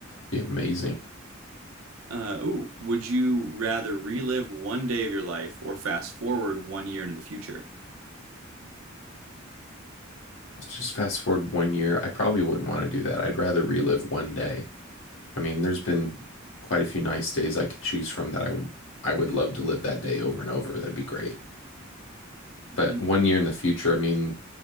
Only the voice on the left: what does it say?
it'd be amazing.
Let's just fast forward one year. I probably wouldn't want to do that. I'd rather relive one day. I mean, there's been quite a few nice days I could choose from that I would I would love to live that day over and over. That'd be great.
But one year in the future, I mean,